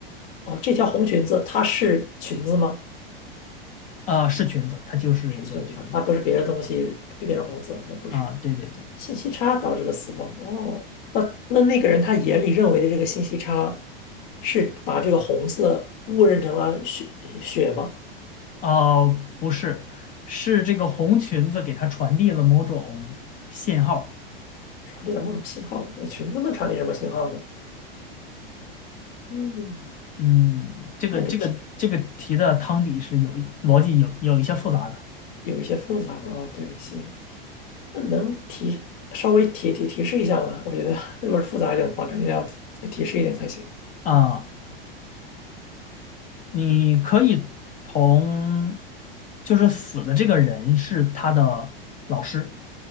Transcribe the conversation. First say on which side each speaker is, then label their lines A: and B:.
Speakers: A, on the left; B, on the left.
A: 哦，这条红裙子它是裙子吗？
B: 啊，是裙子，它就是一个裙子
A: 是裙子，它它不是别的东西变成红色，那不是。
B: 啊，对对对，
A: 信息差导致的死亡。哦，那那那个人他眼里认为的这个信息差，是把这个红色误认成了血血吗？
B: 哦，不是，是这个红裙子给她传递了某种信号。
A: 传递了某种信号，那裙子能传递什么信号呢？嗯，
B: 嗯，这个这个这个题的汤底是有一逻辑有有一些复杂的
A: 那个提有一些复杂的哦，对，行，那能提稍微提提提示一下吗？我觉得如果是复杂一点的话，肯定要再提示一点才行。
B: 啊。你可以从就是死的这个人是他的老师